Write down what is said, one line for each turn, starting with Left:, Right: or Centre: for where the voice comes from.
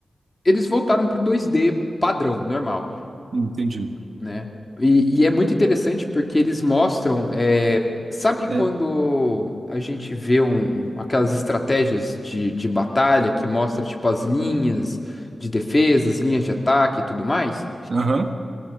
Left: Eles voltaram pro 2D padrão, normal.
Right: Entendi.
Left: né? E, e é muito interessante porque eles mostram, é, sabe
Right: É.
Left: quando a gente vê um, um- aquelas estratégias de, de batalha que mostra tipo as linhas de defesa, as linhas de ataque e tudo mais?
Right: Aham.